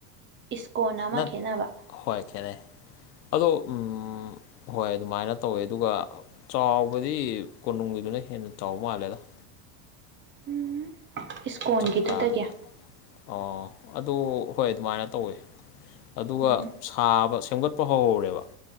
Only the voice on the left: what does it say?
ꯅꯠ
ꯍꯣꯏ ꯈꯦꯠꯅꯩ ꯑꯗꯣ ꯎꯝ ꯍꯣꯏ ꯑꯗꯨꯃꯥꯏꯅ ꯇꯧꯋꯦ ꯑꯗꯨꯒ ꯆꯥꯎꯕꯗꯤ ꯀꯣꯅꯨꯡꯒꯤꯗꯨꯅ ꯍꯦꯟꯅ ꯆꯥꯎꯕ ꯃꯥꯜꯂꯦꯗ ꯫
ꯆꯥꯛꯀꯥꯒ ꯑꯣ ꯑꯗꯨ ꯍꯣꯏ ꯑꯗꯨꯃꯥꯏꯅ ꯇꯧꯋꯤ ꯫ ꯑꯗꯨꯒ
ꯁꯥꯕ ꯁꯦꯝꯒꯠꯄ ꯍꯧꯍ‌ꯧꯔꯦꯕ ꯫